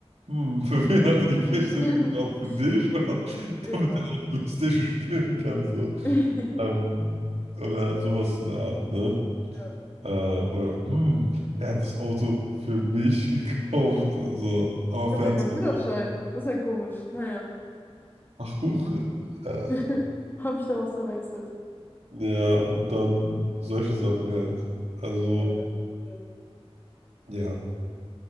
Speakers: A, on the right; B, on the left.
A: hm, <laughs> für wen hat er die PlayStation
B: <laughs>
A: gekauft? Für dich? <laughs> Oder
B: Ja.
A: damit er auch PlayStation spielen kann, so.
B: <laughs>
A: Ähm, oder sowas in der Art, ne?
B: Ja.
A: Äh, oder, hm, er hat das Auto für mich <laughs> gekauft. Also, aber fährt
B: Ich habe gar keinen
A: es noch
B: Führerschein. Das ist ja komisch. Naja.
A: Ach, huch. Äh,
B: <laughs> Habe ich da was verwechselt?
A: ja, und dann solche Sachen halt. Also,
B: Ja. Ja,
A: ja.